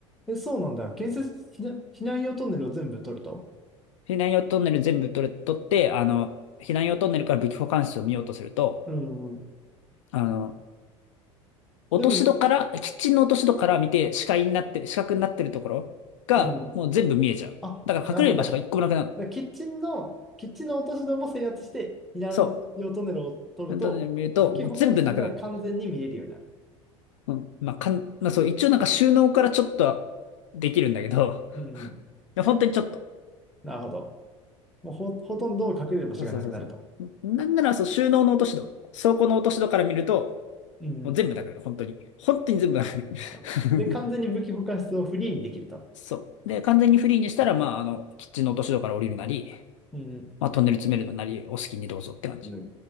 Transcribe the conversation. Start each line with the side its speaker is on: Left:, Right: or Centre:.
Centre: え、そうなんだ。建設避難、避難用トンネルを全部取ると。
Left: 避難用トンネル全部取れ、取って、あの、避難用トンネルから武器保管室を見ようとすると、
Centre: うんうん。
Left: あの、落とし戸から、
Centre: 全部の、
Left: キッチンの落とし戸から見て視界になってる、視覚になってるところが、
Centre: うん。
Left: もう全部見えちゃう。
Centre: あ、
Left: だから隠れる場所が一個もなくなる。
Centre: なるほど。だからキッチンの、キッチンの落とし戸も制圧して、避難用トンネルを取ると、
Left: そう。本当に見ると、
Centre: 武器保管室が完全に見えるようになる。
Left: もう全部なくなる。うん。まあ、かん、まあそう、一応なんか収納からちょっとはできるんだけど、
Centre: うんうん。
Left: <laughs> いや本当にちょっと。
Centre: なるほど。もうほ、ほとんど隠れる場所がなくなると。
Left: そうそうそうそう。なんなら、そう、収納の落とし戸、倉庫の落とし戸から見ると、
Centre: うんうん。
Left: もう全部なくなる。本当に。本当に全部なくなる。
Centre: なるほどで、完全に武器保管室をフリーにできると。
Left: <laughs> そう。で、完全にフリーにしたら、まあ、あの、キッチンの落とし戸から降りるなり、
Centre: うんうん。
Left: まあ、トンネル詰めるなり、お好きにどうぞって感じ。
Centre: ッ喫